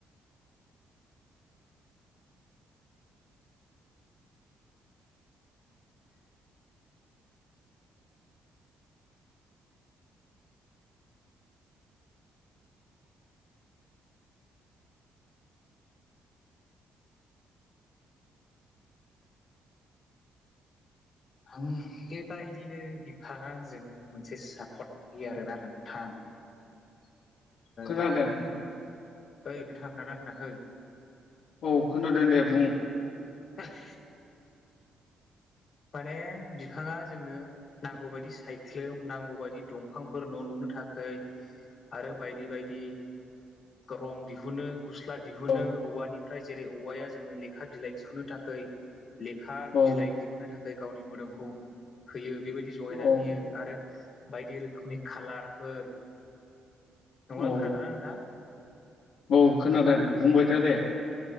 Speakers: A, on the left; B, on the left.
A: आं बेबायदिनो बिफाङा जोंनो मोनसे सापर्ट होयो आरो ना नोंथां
B: <inaudible> खोनादों
A: गावनि ओइ नोंथां खोनादों ना खोनायाखै
B: औ खोनादों दे बुं
A: <unintelligible> माने बिफाङा जोंनो नांगौ बायदि सायख्लुम नांगौ बायदि दंफांफोर न' लुनो थाखाय आरो बायदि बायदि रं दिहुनो गस्ला दिहुनो
B: औ
A: औवानि ओमफ्राय जेरै औवाया जोंनो लेखा बिलाइ दिहुननो थाखाय लेखा
B: औ
A: बिलाइ दिहुननो थाखाय थाखाय गावनि मोदोमखौ होयो बेबायदि जगायना
B: औ
A: होयो आरो बायदि रोखोमनि खाालारफोर नंगौना
B: औ
A: खोनादोंना नोंथाङा
B: औ खोनादों बुंबायथा दे